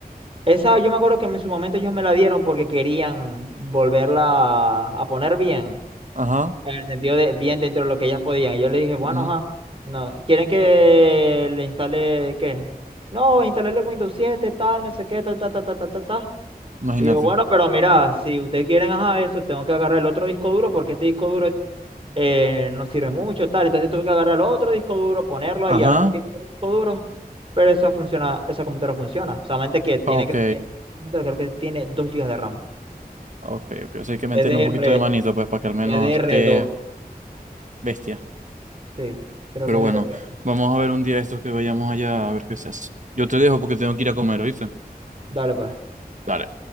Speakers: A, on the right; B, on the right.
A: esa yo me acuerdo que en su momento ellos me la dieron porque querían volverla a poner bien.
B: Ajá,
A: En el sentido de bien dentro de lo que ellas podían. Y yo le dije, bueno,
B: ujú,
A: ajá. No, ¿quieren que le instale qué? No, instalarle Windows 7, tal, no sé qué, ta, ta, ta, ta, ta, ta, ta.
B: imagínate.
A: Y yo, bueno, pero mira, si ustedes quieren, ajá, eso, tengo que agarrar el otro disco duro porque este disco duro eh, no sirve mucho, tal. Entonces tuve que agarrar el otro disco duro, ponerlo ahí,
B: Ajá,
A: ahora se tiene el disco duro. Pero esa funciona, esa computadora funciona. Solamente que tiene,
B: ok,
A: creo que, computadora creo que tiene 2 gigas de RAM.
B: ok, ok. O sea, hay que meterle
A: DDR,
B: un poquito de manito, pues, para que al menos
A: DDR2.
B: esté bestia.
A: Sí, creo
B: Pero
A: que es
B: bueno,
A: DDR2.
B: vamos a ver un día estos que vayamos allá a ver qué se hace. Yo te dejo porque tengo que ir a comer, ¿oíste?
A: Dale, pues.
B: Dale.